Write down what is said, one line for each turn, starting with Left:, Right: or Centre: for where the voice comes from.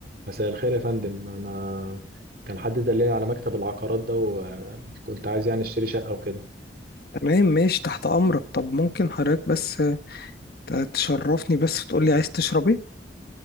Right: مساء الخير يا فندم انا كان حد دلني على مكتب العقارات ده وكنت عايز يعني اشتري شقه وكده
Left: تمام ماشي تحت أمرك طب ممكن حضرتك بس ت- تشرفني بس وتقولي عايز تشرب ايه